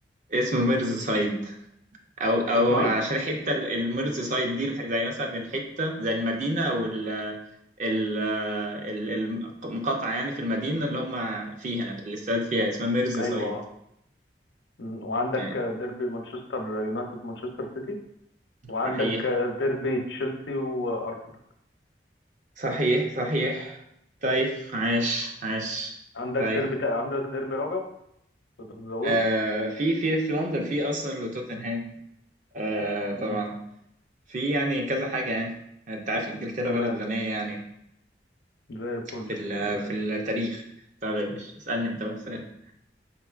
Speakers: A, on the right (about 45°); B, on the left (about 80°).
A: اسمه ميرز سايد او او
B: اسمه
A: عشان
B: ايه
A: الحتة ال- الميرز سايد دي الح- زي مثلا الحتة زي المدينة او ال ال ال- المقاطعة يعني في المدينة اللي هم فيها اللي استاد فيها اسمها ميرز
B: ايوه
A: سايد
B: آه. مم، وعندك
A: يعني
B: آه، ديربي مانشستر يونايتد مانشستر سيتي وعندك
A: صحيح
B: آه، ديربي تشيلسي وارسنال
A: صحيح صحيح طيب عاش عاش
B: عندك
A: طيب
B: ديربي تا... عندك ديربي رابع تقدر تزوده
A: آه في في في لندن في ارسنال وتوتنهام آه طبعا
B: مم،
A: في يعني كذا حاجه يعني انت عارف انجلترا
B: تمام
A: بلد غنيه يعني
B: زي الفل
A: في ال-
B: آه،
A: في التاريخ طب يا باشا اسالني انت بقى اسال